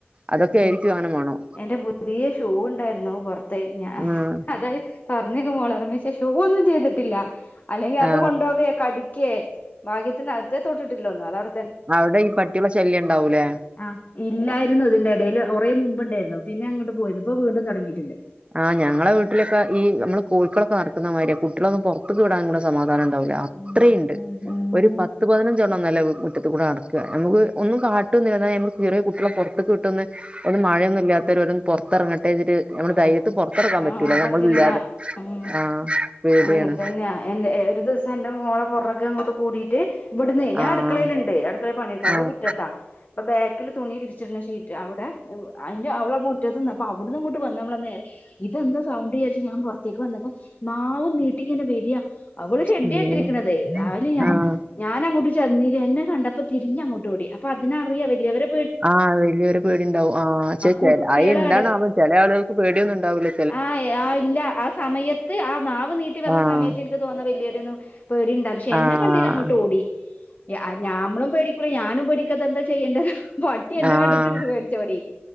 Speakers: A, on the right; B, on the left.
A: അതൊക്കെ
B: പി
A: ആയിരിക്കും അങ്ങനെ മണം.
B: എന്റെ പുതിയ ഷൂ ഉണ്ടായിരുന്നു പൊറത്തെ ഞാ
A: ഉം
B: അതായ പറഞ്ഞേക്കുമ്പോളെ ർമ്മിച്ച ഷൂ ഒന്നും ചെയ്തിട്ടില്ല അല്ലെങ്കി അത്
A: ആ
B: കൊണ്ടോവെ കടി ക്കെ ഭാഗ്യത്തിന്കത്തെ തൊട്ടിട്ടില്ലോന്ന് അതവ്
A: അവ്ടെ ഈ പട്ടിയാളെ ശല്യം ഇണ്ടാവൂലേ.
B: ആഹ് ഇല്ലായിരുന്നു ഇതിന്റെ എടേല് കൊറേ മുമ്പ്ണ്ടേരുന്നു പിന്നെ അങ്ങട്ട് പോയത് ഇപ്പൊ വീണ്ടും തൊടങ്ങീട്ട്ണ്ട്
A: ആഹ് ഞങ്ങളെ വീട്ട്ലെക്കെ ഈ ഞമ്മളെ കോഴ്കളൊക്കെ നടക്ക്ന്നമാതിരിയാ കുട്ട്യെളൊന്നും പൊറത്ത്ക്ക് വിടാൻ കൂടെ സമാധാനം ഇണ്ടാവൂല്ലാ അത്രിണ്ട്
B: ഉം ഉം ഉം
A: ഒരു പത്ത് പതിനഞ്ചെണ്ണം ഒന്നുല്ല മുറ്റത്ത് കൂടെ നടക്കാ ഞമ്മക്ക് ഒന്നും കാട്ടൊന്നില്ല എന്നാല് ഞമ്മക്ക് ചെറിയെ കുട്ടിയളെ പൊറത്ത്ക്ക് വി ട്ടൊന്ന് ഒന്ന് മഴയൊന്നും ഇല്ലാത്തേരം ഓരൊന്ന് പൊറത്തറങ്ങട്ടേന്നെച്ച്ട്ട് ഞമ്മള്
B: ആഹ്
A: ധൈര്യത്ത് പൊറത്തറങ്ങാൻ
B: ആഹ്
A: പറ്റൂല ഞമ്മള്
B: പറ്റില്ല
A: ഇല്ലാതെ
B: ഉം
A: ആഹ് പേടിയാണ്
B: അങ്ങനെ തന്നെയാ എന്റെ ഒരു ദിവസം എന്റെ മോളെ പൊറക്കെ അങ്ങോട്ട് കൂടിയിട്ട് ഇവട്ന്നെ ഞാൻ
A: ആഹ്
B: അട്ക്കളേല്ണ്ട് അട്ക്കളേ പണിയെട്ക്കാ അവള്
A: ആഹ്
B: മുറ്റത്താ ഇപ്പൊ ബാക്കില് തുണി വിരിച്ചിട്ന്ന ഷീറ്റ് അവടെ അവ് അയ്ന്റെ അവടെ മുറ്റത്ത് നിന്നപ്പൊ അവട്ന്ന് ഇങ്ങോട്ട് വ ഞമ്മളെ നേരെ ഇതെന്താ സൗണ്ട് യാര്ച്ച് ഞാൻ പൊറത്തേക്ക് വന്നപ്പം നാവും നീട്ടി ഇങ്ങനെ വെര്യാ അവള് ഷെഡിയാ
A: ഉം
B: ഇട്ടിരിക്ക്ണത് അയില് ഞാൻ
A: ആഹ്
B: ഞാനങ്ങോട്ട് ചെന്നീല്ലെ എന്നെ കണ്ടപ്പോ തിരിഞ്ഞങ്ങോട്ടോടി അപ്പൊ അതിനറിയാ വല്ലിയവര്
A: ആഹ് വെല്ല്യോരെ പേടിണ്ടാവും ആഹ് ചെ ചെല
B: കുട്ടികളെ
A: അയി എന്താണാവോ ചെലെ ആള്കൾക്ക് പേടിയൊന്നും ഇണ്ടാവൂല്ല
B: ആയെ ആഹ് ഇല്ല ആ സമയത്ത് ആ നാവ് നീട്ടി വന്ന
A: ആഹ്
B: സമയത്ത് ഇന് ക്ക് തോന്ന വെല്ല്യോരൊന്നും പേടിണ്ടാവുല്ല പക്ഷേ
A: ആഹ്
B: എന്നെ കണ്ടേല് അങ്ങോട്ടോടി യാ ആഹ് ഞമ്മളും പേടി ക്കുറി ഞാനും പേടിക്കാ ഇതെന്താ ചെയ്യണ്ടേ പ ട്ടി എന്നെ
A: ആഹ്
B: കണ്ടിട്ടു പേടിച്ചോടി